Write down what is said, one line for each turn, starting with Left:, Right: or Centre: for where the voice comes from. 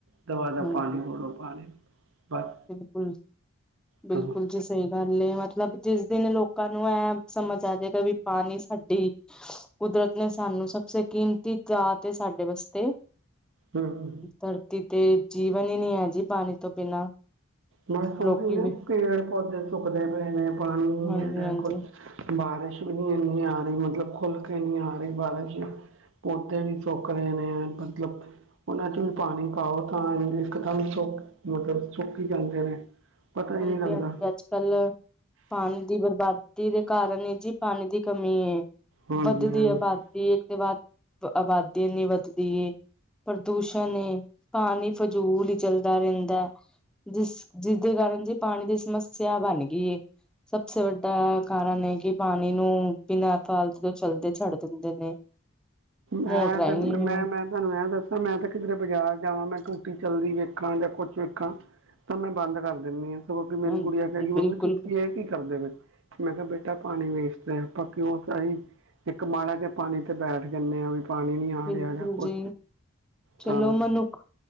Right: ਦਵਾ ਦਾ
Centre: ਹਾਂਜੀ
Right: ਪਾਣੀ ਰੜੋ ਪਾਣੀ ਬਸ
Centre: ਬਿਲਕੁਲ ਬਿਲਕੁਲ
Right: ਤਮ
Centre: ਜੀ ਸਹੀ ਗੱਲ ਮਤਲਬ ਜਿਸ ਦਿਨ ਲੋਕਾਂ ਇਹ ਸਮਝ ਆ ਜਾਏਗਾ ਵੀ ਪਾਣੀ ਸਾਡੀ ਕੁਦਰਤ ਨੇ ਸਾਨੂੰ ਸਭਸ ਕੀਮਤੀ ਜਾ ਤੇ ਸਾਡੇ ਵਾਸਤੇ
Right: ਹਮ।
Centre: ਧਰਤੀ ਤੇ ਜੀਵਨ ਹੀ ਨਹੀਂ ਹੈ ਜੀ ਪਾਣੀ ਤੋਂ ਬਿਨਾਂ
Right: ਬਸ ਉਹੀ
Centre: ਲੋਕੀ
Right: ਨਾ,
Centre: ਵੀ
Right: ਪੇੜ ਪੌਦੇ ਸੁੱਕਦੇ ਪਏ ਨੇ ਪਾਣੀ ਨਹੀ
Centre: ਹਾਂਜੀ
Right: ਐ
Centre: ਹਾਂਜੀ
Right: ਕੁਛ ਬਾਰਿਸ਼ ਵੀ ਨਹੀਂ ਏਨੀ ਆ ਰਹੀ ਮਤਲਬ ਖੁੱਲ ਕੇ ਨਈ ਆ ਰਹੀ ਬਾਰਿਸ਼ ਪੌਦੇ ਵੀ ਸੁਕ ਰਹੇ ਨੇ ਮਤਲਬ ਉਹਨਾਂ ਚ ਵੀ ਪਾਣੀ ਪਾਓ ਤਾਂ ਵੀ ਇਕਦਮ ਸੁੱਕ ਮਤਲਬ ਸੁੱਕ ਹੀ ਜਾਂਦੇ ਨੇ। ਪਤਾ ਹੀ
Centre: ਹਾਂਜੀ
Right: ਨਹੀਂ ਲੱਗਦਾ
Centre: ਹਾਂਜੀ, ਅੱਜ ਕੱਲ ਪਾਣੀ ਦੀ ਬਰਬਾਦੀ ਦੇ ਕਾਰਨ ਜੀ ਪਾਣੀ ਦੀ ਕਮੀ ਏ।
Right: ਹਾਂਜੀ
Centre: ਵੱਧਦੀ
Right: ਹਾਂਜੀ
Centre: ਆਬਾਦੀ ਇਸ ਤੋਂ ਬਾਦ ਆਬਾਦੀ ਏਨੀ ਵਧਦੀ ਏ, ਪ੍ਰਦੂਸ਼ਣ ਏ ਪਾਣੀ ਫਜੂਲ ਹੀ ਚੱਲਦਾ ਰਹਿੰਦਾ ਹੈ ਜਿਸ ਜਿਸਦੇ ਕਾਰਨ ਜੀ ਪਾਣੀ ਦੀ ਸਮੱਸਿਆ ਬਣ ਗਈ ਏ ਸਭਸੇ ਵੱਡਾ ਕਾਰਨ ਹੈ ਕਿ ਪਾਨੀ ਨੂੰ ਬਿਨਾਂ <unintelligible> ਫਾਲਤ ਤੋਂ ਚਲਦੇ ਛੱਡ ਦਿੰਦੇ ਨੇ
Right: ਹੈੈਂ
Centre: ਮੋਟਰਾਂ ਹੀ
Right: <unintelligible>
Centre: ਨਹੀਂ
Right: ਮੈਂ ਮੈਂ ਤੁਹਾਨੂੰ ਮੈਂ ਦੱਸਾਂ ਮੈਂ ਤਾਂ ਕਿਧਰੇ ਬਾਜ਼ਾਰ ਜਾਵਾਂ ਮੈਂ ਟੂਟੀ ਚੱਲਦੀ ਵੇਖਾਂ ਜਾਂ ਕੁਛ ਵੇਖਾਂ ਤਾਂ ਮੈਂ ਬੰਦ ਕਰ ਦਿੰਦੀ ਹਾਂ ਸਗੋਂ
Centre: ਹਾਂਜੀ
Right: ਮੇਰੀ ਗੁਡੀਆ ਕਹੇਗੀ ਮੰਮੀ
Centre: ਬਿਲਕੁਲ
Right: ਤੁਸੀਂ ਕੀ ਇਹ ਕੀ ਕਰਦੇ ਪਏ ਮੈਂ ਕਿਹਾ ਬੇਟਾ ਪਾਣੀ ਵੇਸਟ ਹੈ ਆਪਾਂ ਕਿਉਂ ਅਹੀ ਇੱਕ ਮਾੜਾ ਜ ਪਾਣੀ ਤੇ <unintelligible> ਬੈਠ ਕਹਿੰਦੇ ਆ ਵੀ ਪਾਣੀ ਨੀ ਆ
Centre: ਬਿਲਕੁਲ
Right: ਰਿਹਾ ਜਾਂ ਕੁਛ
Centre: ਜੀ ਚਲੋ
Right: ਤਾਂ
Centre: ਮਨੁੱਖ